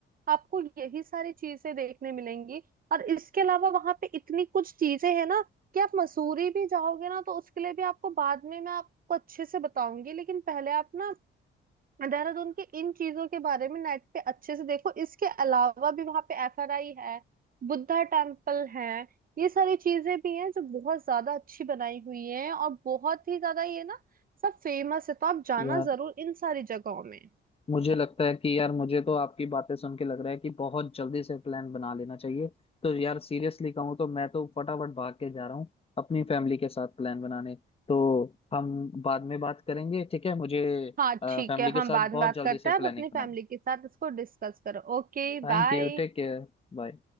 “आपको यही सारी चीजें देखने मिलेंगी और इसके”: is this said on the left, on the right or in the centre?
Right